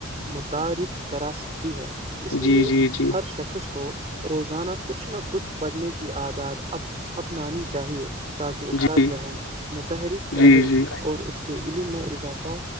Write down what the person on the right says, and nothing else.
متعارف کرا سکتی ہے اس لیے
ہر شخص کو روزان کچھ نہ کچھ پڑھنے کی عاداد اپنانی چاہیے تاکہ اس
کا متحرک
رہے
اور اس کے علم میں اضافہ